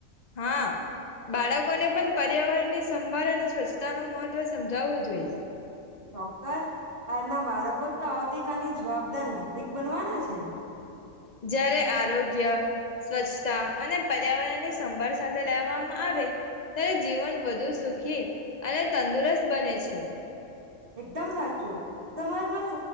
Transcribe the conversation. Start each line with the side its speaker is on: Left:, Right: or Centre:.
Left: હા બાળકોને પણ પર્યાવરણ ની સંભાળ અને સ્વચ્છતા નું મહત્વ સમજાવવું જોઈએ
Right: ચોક્કસ આજના બાળકો તો આવતી કલની જવાબદાર નાગરિક બનવાના છે
Left: જયારે આરોગ્ય સ્વચ્છતા અને પર્યાવરણ ની સંભાળ સાથે લેવામાં આવે ત્યારે જીવન વધુ સુખી અને તંદુરસ્ત બને છે
Right: એકદમ સાચું સમાજમાં સ્